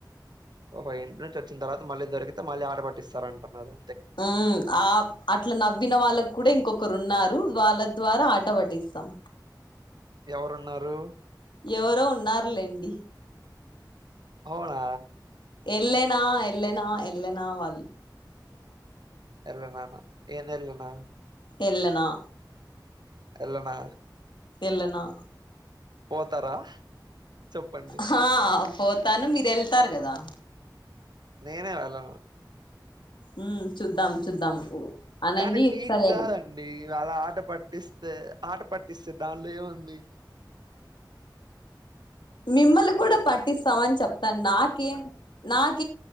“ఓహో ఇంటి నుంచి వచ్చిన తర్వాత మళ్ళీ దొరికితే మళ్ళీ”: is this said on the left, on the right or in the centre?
Right